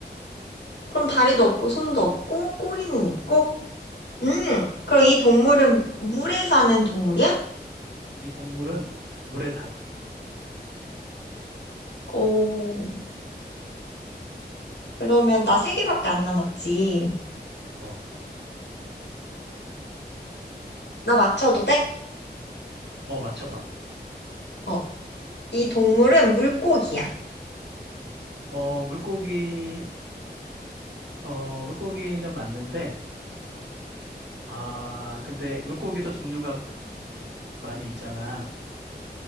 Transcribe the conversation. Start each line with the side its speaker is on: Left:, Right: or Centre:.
Left: 그럼 다리도 없고, 손도 없고, 꼬리는 있고? 음, 그럼 이 동물은 물에 사는 동물이야?
Right: 이 동물은 물에 살아.
Left: 오, 그러면 나 세 개밖에 안 남았지.
Right: 어,
Left: 나 맞춰도 돼?
Right: 어, 맞춰봐.
Left: 어, 이 동물은 물고기야.
Right: 어, 물고기, 어, 물고기는 맞는데, 아, 근데 물고기도 종류가 많이 있잖아.